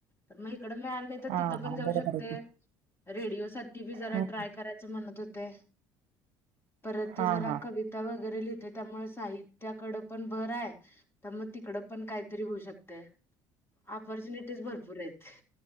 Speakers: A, on the left; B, on the right.
A: तर मग इकडं मिळालं नाही तर
B: हा
A: तिथं पण
B: हा
A: जाऊ
B: बरोबर
A: शकते.
B: आहे की
A: रेडिओ साठी बी जरा
B: हम्म,
A: ट्राय करायचं म्हणत होते. परत ते
B: हा
A: जरा
B: हा.
A: कविता वगैरे लिहिते त्यामुळे साहित्याकडं पण भर आहे. तर मग तिकडं पण कायतरी होऊ शकते. ऑपॉर्च्युनिटीज भरपूर आहेत.